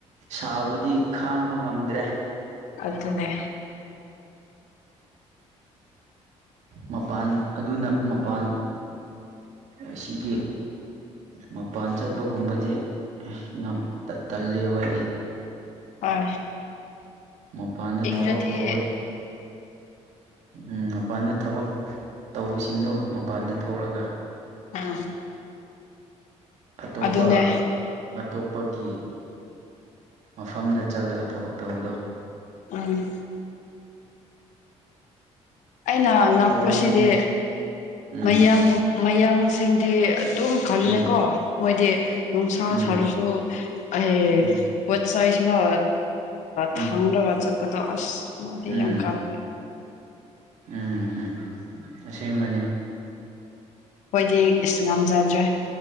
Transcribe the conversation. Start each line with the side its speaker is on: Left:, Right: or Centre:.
Right: ꯁꯥꯕꯗꯤ ꯈꯥꯡꯕ ꯉꯝꯗ꯭ꯔꯦ
Left: ꯑꯗꯨꯅꯦ
Right: ꯃꯄꯥꯟ ꯑꯗꯨꯅ ꯃꯄꯥꯟ ꯑꯁꯤꯒꯤ ꯃꯄꯥꯟ ꯆꯠꯄꯒꯨꯝꯕꯗꯤ ꯉꯝ ꯇꯜꯂꯦꯕ ꯑꯩ
Left: ꯍꯣꯏ
Right: ꯃꯄꯥꯟꯗ
Left: ꯏꯪꯔꯗꯤ
Right: ꯊꯕꯛ ꯇꯧꯕ ꯎꯝ ꯃꯄꯥꯟꯗ ꯊꯕꯛ ꯇꯧꯕꯁꯤꯡꯗꯣ ꯃꯄꯥꯟꯗ ꯊꯣꯛꯂꯒ
Left: ꯎꯝ
Right: ꯑꯇꯣꯞꯄ
Left: ꯑꯗꯨꯅꯦ
Right: ꯑꯇꯣꯞꯄꯒꯤ ꯃꯐꯝꯗ ꯆꯠꯂꯒ ꯊꯕꯛ ꯇꯧꯕꯗꯣ
Left: ꯎꯝ ꯑꯩꯅ ꯉꯥꯛꯄꯁꯤꯗꯤ
Right: ꯇꯧꯔꯝꯃꯤ ꯎꯝ
Left: ꯃꯌꯥꯡ ꯃꯌꯥꯡꯁꯤꯡꯗꯤ ꯑꯗꯨꯝ ꯈꯜꯂꯦꯀꯣ
Right: ꯎꯝ
Left: ꯃꯣꯏꯗꯤ ꯅꯨꯡꯁꯥ
Right: ꯎꯝ
Left: ꯁꯥꯔꯁꯨ ꯑꯩ
Right: ꯎꯝ
Left: ꯄꯣꯠ ꯆꯩꯁꯤꯡꯗꯣ
Right: ꯎꯝ
Left: ꯊꯥꯡꯔꯒ ꯆꯠꯄꯗꯣ ꯑꯁ ꯃꯣꯏꯗꯤ
Right: ꯎꯝ
Left: ꯌꯥꯝ ꯀꯥꯜꯂꯦ
Right: ꯎꯝ ꯎꯝ ꯑꯁꯦꯡꯕꯅꯦ
Left: ꯑꯩꯈꯣꯏꯗꯤ ꯏꯁꯁ ꯉꯝꯖꯗ꯭ꯔꯦ